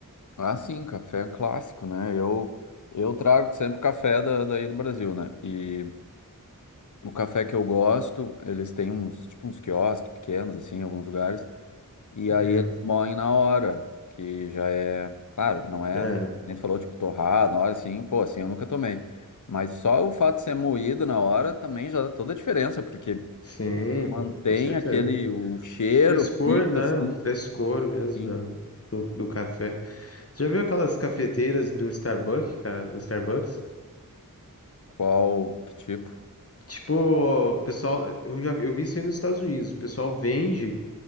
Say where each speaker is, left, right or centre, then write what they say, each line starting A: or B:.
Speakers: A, on the left; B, on the left.
A: Ah, sim, café é um clássico, né? Eu, eu trago sempre café da, daí do Brasil, né? E o café que eu gosto, eles têm uns, tipo, uns quiosques pequenos, assim, em alguns lugares. E
B: Uhum.
A: aí eles moem na hora, que já é, claro, não é,
B: É,
A: nem tu falou, tipo, torrado, na hora, assim, pô, assim, eu nunca tomei. Mas só o fato de ser moído na hora também já dá toda a diferença, porque
B: sim,
A: mantém
B: pô, com certeza.
A: aquele, o cheiro
B: Frescor,
A: fica
B: né?
A: assim,
B: O frescor mesmo
A: assim,
B: do, do, do café. já viu aquelas cafeteiras do Starbucks, cara? Do Starbucks?
A: qual, que tipo.
B: Tipo, o pessoal, eu já vi- eu vi isso aí nos Estados Unidos. O pessoal vende,